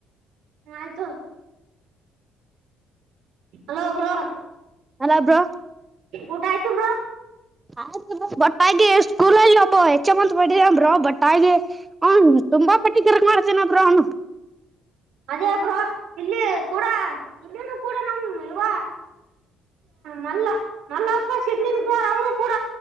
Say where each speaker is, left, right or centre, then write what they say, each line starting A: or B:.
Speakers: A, on the right; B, on the right.
A: ಹ ಆಯ್ತ ಹಲೋರಾ
B: ಅಲ್ಲ ಬ್ರೋ
A: ಊಟ ಆ್ತು ಬ್ರಾ
B: ಆಯ್ತ ಬಟ್ಟಾಗಿ ಸ್ಕೂಲಲ್ಲಿ ಒಬ್ಬ ಹೆಚ್ಚ ಮಂದತ್ ಮಾಡಟ್ಟಿದಂಬ್ರ ಬಟ್ಟಾಗಿ ಹ ತುಂಬಾ ಪಟ್ಟಿ ತರಕ್ ಮಾಡ್ತೇನಾದ್ರ ಅವನು
A: ಅದೇಬ್ರ ಇಲ್ಲಿ ಕೂಡ ಇ ಕೂಡ ನಮ ಇವ ಮಲ್ಲ ಮಲ್ಲಪ್ಪ ಸಡ್ಲಿಂಾರ್ ಅವರು ಕೂಡ